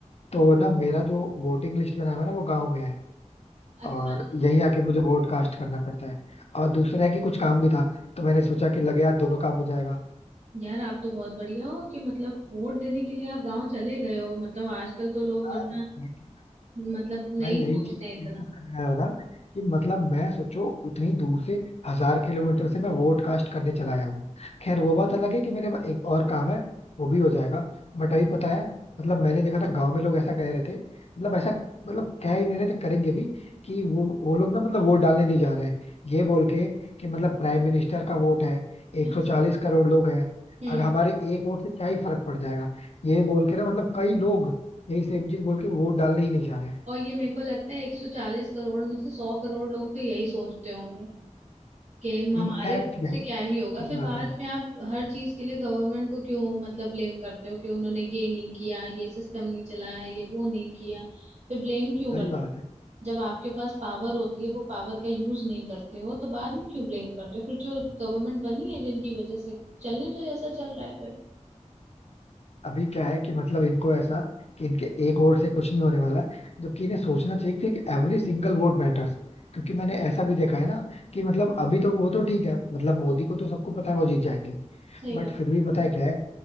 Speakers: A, on the left; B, on the right.
A: तो ना मेरा जो वोटिंग लिस्ट में नाम है ना वो गांव में है
B: अच्छा
A: और यहीं आके मुझे वोट कास्ट करना पड़ता है और दूसरा है कि कुछ काम भी था तो मैंने सोचा कि लगे यार दोनों काम हो जाएगा
B: यार आप तो बहुत बढ़िया हो कि मतलब वोट देने के लिए आप गांव चले गए हो मतलब आजकल तो लोग
A: यार
B: वरना
A: exactly
B: मतलब नहीं
A: मैं यही
B: सोचते
A: चीज इसे
B: इतना
A: डिस्कस करने जा रहा था कि मतलब मैं सोचो उतनी दूर से हजार किलोमीटर से मैं वोट कास्ट करने चला आया हूँ खैर वो बात अलग है कि मेरे पास एक और काम है वो भी हो जाएगा बट अभी पता है मतलब मैंने देखा ना गांव में लोग ऐसा कह रहे थे मतलब ऐसा मतलब कह ही नहीं रहे थे करेंगे भी कि वो वो लोग ना मतलब वोट डालने नहीं जा रहे हैं ये बोल के कि मतलब प्राइम मिनिस्टर का वोट है 140
B: अच्छा
A: करोड़ लोग हैं
B: हम्म
A: अगर हमारे एक वोट से क्या ही फर्क पड़ जाएगा ये बोल के ना मतलब कई लोग यही सेम चीज बोल के वोट डालने ही नहीं जा रहे
B: और ये मेरे को लगता है 140 करोड़ में से 100 करोड़ लोग तो यही सोचते होंगे कि हमारे
A: इनफैक्ट
B: खुद
A: यार
B: से क्या
A: सही
B: ही होगा फिर
A: बात
B: बाद
A: है
B: में आप हर चीज के लिए गवर्नमेंट को क्यों मतलब ब्लेम करते हो कि उन्होंने ये नहीं किया ये सिस्टम नहीं चलाया ये वो नहीं किया फिर ब्लेम क्यों
A: सही
B: करते
A: बात है
B: जब आपके पास पावर होती है वो पावर का यूज नहीं करते हो तो बाद में क्यों ब्लेम करते हो फिर जो गवर्नमेंट बनी है जिनकी वजह से चलने तो जैसा चल रहा है फिर
A: अभी क्या है कि मतलब इनको ऐसा कि इनके एक वोट से कुछ नहीं होने वाला है जबकि इन्हें सोचना चाहिए कि एवरी सिंगल वोट मैटर्स क्योंकि मैंने ऐसा भी देखा है ना कि मतलब अभी तो वो तो ठीक है मतलब मोदी को तो सबको पता है वो जीत जाएंगे
B: सही
A: बट
B: बात
A: फिर भी पता है क्या है